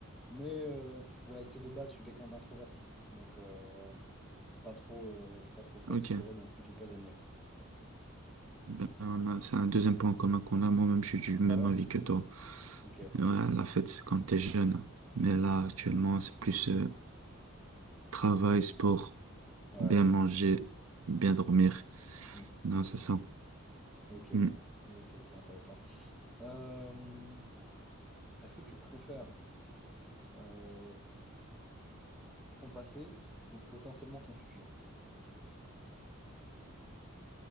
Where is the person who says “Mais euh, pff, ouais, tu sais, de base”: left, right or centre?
Centre